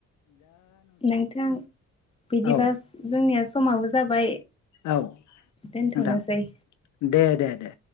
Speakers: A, on the left; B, on the left.
A: नोंथां बिदिबा
B: औ
A: जोंनिया समाबो जाबाय
B: औ
A: दोनथ'नोसै
B: नोंथां दे दे दे।